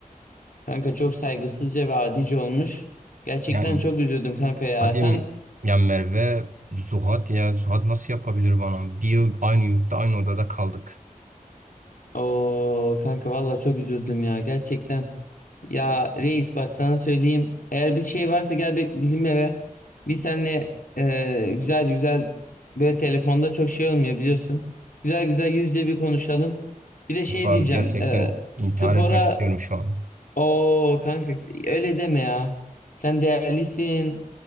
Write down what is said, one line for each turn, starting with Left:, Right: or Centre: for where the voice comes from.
Left: kanka çok saygısızca ve adice olmuş. Gerçekten
Right: Yani
Left: çok üzüldüm kanka ya.
Right: hadi
Left: Sen
Right: ya Merve, Zuhat ya Zuhat nasıl yapabilir bana? Bir yıl aynı yurtta, aynı odada kaldık.
Left: o kanka valla çok üzüldüm ya gerçekten. Ya reis bak sana söyleyeyim. Eğer bir şey varsa gel be- bizim eve. Biz seninle e, güzel güzel böyle telefonda çok şey olmuyor biliyorsun. Güzel güzel yüzde bir konuşalım. Bir de şey
Right: İkbal
Left: diyeceğim.
Right: gerçekten
Left: e,
Right: intihar
Left: spora
Right: etmek istiyorum şu an.
Left: Oo kanka öyle deme ya. Sen değerlisin.